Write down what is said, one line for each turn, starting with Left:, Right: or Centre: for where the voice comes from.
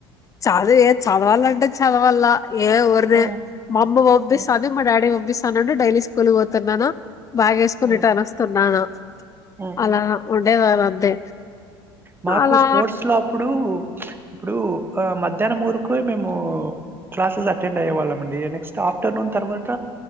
Left: చదువు ఏ చదవాలంటే చదవాల ఏ ఓర్నీ
Right: హ్మ్.
Left: మాఅమ్మ పంపిస్తాంది.
Right: హ్మ్.
Left: మా డాడీ పంపిస్తా తనుండు డైలీ స్కూల్ కి పోతున్నాను. బాగా వేసుకునేట్టు
Right: హ్మ్.
Left: అనుస్తున్నాను.
Right: హ్మ్.
Left: అలా ఉండేదాన్ని అంతే
Right: మాకు
Left: అలా
Right: స్పోర్ట్స్ లో అప్పుడు ఇప్పుడు ఆ మధ్యాహ్నం మురకు మేము క్లాసెస్ అటెండ్ అయ్యోవాళ్ళమండి నెక్స్ట్ ఆఫ్టర్నూన్ తర్వాత